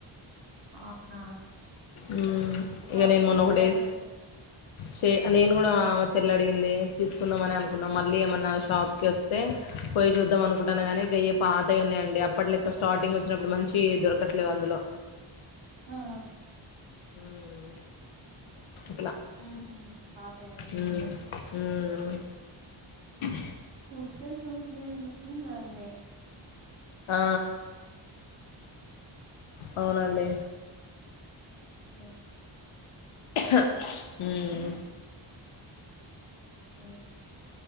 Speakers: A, on the right; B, on the left.
A: అవునా
B: ఉ
A: షాపింగ్
B: ఇగ నేన్ మొన్న ఒకటి
A: చేయాలా
B: డేస్ షే నేను కూడా మా చెల్ల అడిగింది తీసుకుందాంమనే అనుకున్నాం మళ్ళీ ఏమన్నా షాప్ కి వస్తే పోయి చూద్దామ్ అనుకుంటానా గానీ గెయ్యే పాతవి ఉన్నాయండి అప్పట్ లెక్క స్టార్టింగ్ వచ్చినప్పుడు మంచి దొరకట్లేవు అందులో
A: ఆ ఆ
B: ఉమ్ అట్లా
A: ఉహు పాతేవి
B: హ్మ్ హ్మ్ హ
A: ట్యూస్డే చూసిన నన్నే
B: ఆ ఆ అవునండి
A: మ్మ్
B: హా హ్మ్
A: మ్ హు